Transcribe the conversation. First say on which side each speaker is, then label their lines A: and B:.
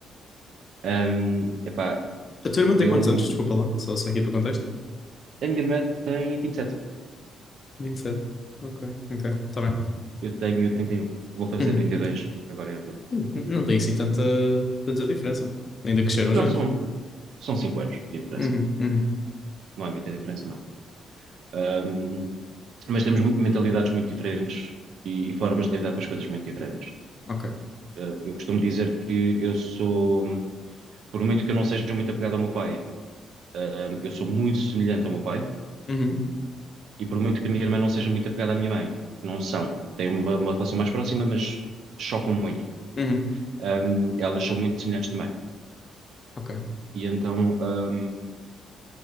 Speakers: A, on the right; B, on the left.
A: Ahm, epá,
B: A tua irmã tem
A: eu.
B: quantos anos? Desculpa lá. Só, só aqui para o contexto.
A: A minha irmã tem vinte e sete
B: 27. Ok, ok. Está bem.
A: eu tenho trinta e um vou fazer
B: Uhum.
A: 32 agora em outubro.
B: N- Não tem assim tanta, tanta diferença. Ainda cresceram
A: Não,
B: juntos.
A: são, são cinco anos de diferença,
B: Uhum. Uhum.
A: não é muita diferença, não. Ahm, mas temos mu- mentalidades muito diferentes e, e formas de lidar com as coisas muito diferentes.
B: Ok.
A: Eh, eu costumo dizer que eu sou. Por muito que eu não seja muito apegado ao meu pai, ahm, eu sou muito semelhante ao meu pai,
B: Uhum.
A: e por muito que a minha irmã não seja muito apegada à minha mãe, não são. Têm uma, uma relação mais próxima, mas chocam muito.
B: Uhum.
A: Ahm, elas são muito semelhantes também.
B: Ok.
A: E então, ahm,